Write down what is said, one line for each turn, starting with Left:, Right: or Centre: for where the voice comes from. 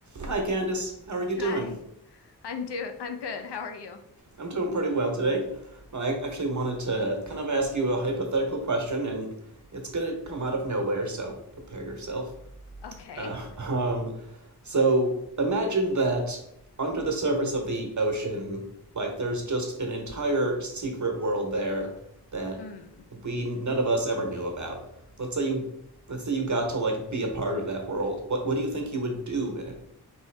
Right: Hi, Candice. How are you doing?
Left: Hi, I'm do I'm good. How are you?
Right: I'm doing pretty well today. Well,
Left: Good.
Right: I actually wanted to kind of ask you a hypothetical question, and it's going to come out of nowhere, so prepare yourself.
Left: Okay.
Right: Uh, <laughs> um, so imagine that under the surface of the ocean, like there's just an entire secret world there that
Left: Mm.
Right: we none of us ever knew about. Let's say you, let's say you got to like be a part of that world. What what do you think you would do in it?